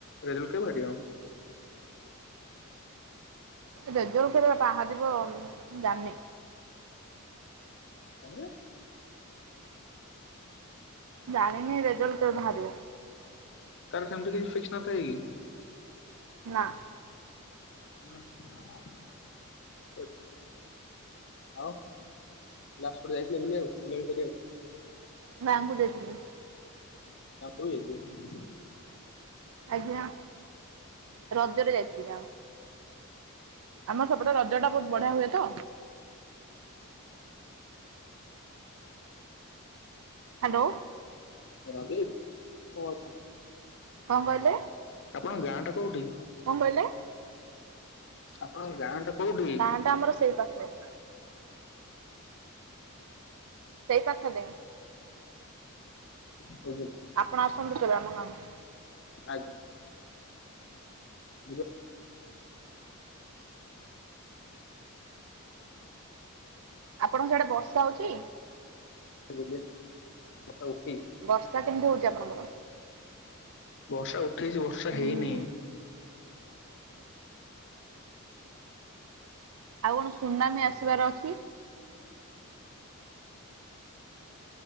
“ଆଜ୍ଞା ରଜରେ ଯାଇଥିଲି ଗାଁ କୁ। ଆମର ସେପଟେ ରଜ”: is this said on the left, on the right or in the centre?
Right